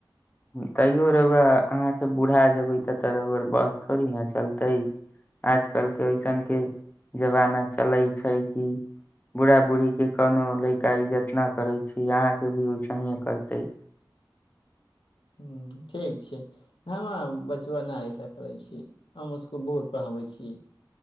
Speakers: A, on the left; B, on the left.
A: तैयो रऊवा अहाँके बुढ़ा जेबै त त बस थोड़ी ने चलत तै आज कलके ऐसन के जमाना चले छै कि बूढ़ा बूढ़ी के कोनो लैका इज्जत न करै छी यहाँ के भी ओसेहिे करते
B: ह ठीक छै हम बचबआ नहि ऐसा करै छी हम उसको बहुत पढ़ाबै छी